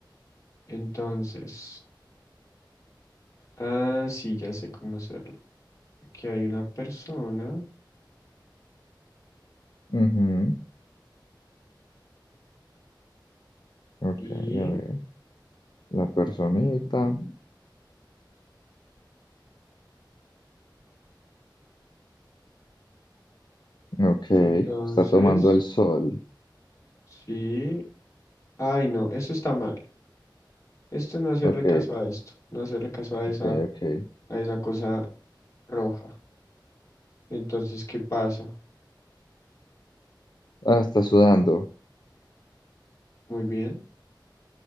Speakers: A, on the left (about 40°); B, on the left (about 60°).
A: Entonces, ah, sí, ya sé cómo hacerlo. Aquí hay una persona
B: Ujú, Ok,
A: y,
B: a ver. La personita. Ok,
A: y entonces,
B: está tomando el sol.
A: sí. Ay, no, eso está mal. Esto no hacerle
B: Ok,
A: caso a esto, no hacerle caso a
B: ok,
A: esa
B: ok.
A: a esa cosa roja. Entonces, ¿qué pasa?
B: Ah, está sudando.
A: Muy bien,